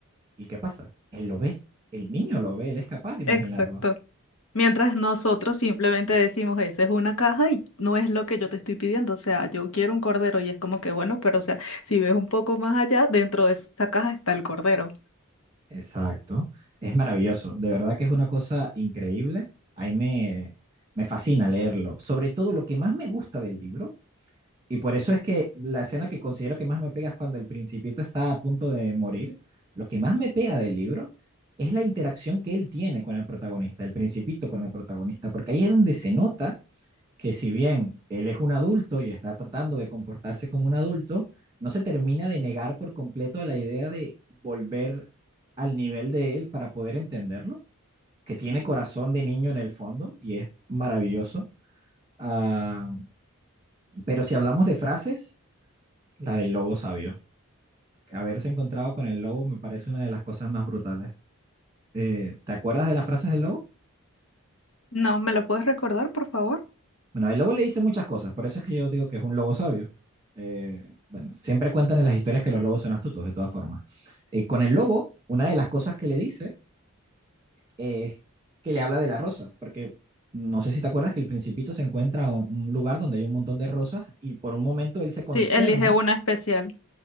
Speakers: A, on the right (about 20°); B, on the left (about 70°).
A: ¿y qué pasa? Él lo ve, el niño lo ve, él es capaz de imaginarlo.
B: Exacto. Mientras nosotros simplemente decimos, esa es una caja y no es lo que yo te estoy pidiendo. O sea, yo quiero un cordero y es como que, bueno, pero o sea, si ves un poco más allá, dentro de esa caja está el cordero.
A: Exacto. Es maravilloso. De verdad que es una cosa increíble. Ahí me, me fascina leerlo. Sobre todo lo que más me gusta del libro, y por eso es que la escena que considero que más me pega es cuando el principito está a punto de morir. Lo que más me pega del libro es la interacción que él tiene con el protagonista, el principito con el protagonista, porque ahí es donde se nota que si bien él es un adulto y está tratando de comportarse como un adulto, no se termina de negar por completo a la idea de volver al nivel de él para poder entenderlo, que tiene corazón de niño en el fondo y es maravilloso. Ah, pero si hablamos de frases, la del lobo sabio. Haberse encontrado con el lobo me parece una de las cosas más brutales. Eh, ¿Te acuerdas de las frases del lobo?
B: No, ¿me lo puedes recordar, por favor?
A: Bueno, el lobo le dice muchas cosas, por eso es que yo digo que es un lobo sabio. Eh, bueno, siempre cuentan en las historias que los lobos son astutos, de todas formas. Eh, con el lobo, una de las cosas que le dice es que le habla de la rosa, porque no sé si te acuerdas que el Principito se encuentra en un lugar donde hay un montón de rosas y por un momento él se consterna,
B: Sí, elige una especial.